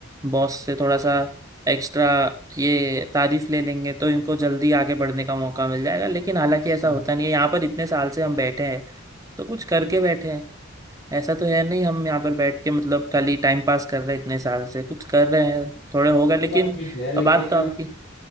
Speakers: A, on the right; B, on the left.
A: बॉस से थोड़ा सा एक्स्ट्रा ये तारीफ ले लेंगे तो इनको जल्दी आगे बढ़ने का मौका मिल जाएगा लेकिन हालांकि ऐसा
B: हम्म।
A: होता नहीं है यहाँ पर इतने साल से हम बैठे हैं तो कुछ करके बैठे हैं ऐसा तो है नहीं हम यहाँ पर बैठ के मतलब खाली टाइम पास कर रहे हैं इतने साल से कुछ कर रहे हैं थोड़ा होगा लेकिन
B: वो बात ठीक है लेकिन
A: अब बात तो आपकी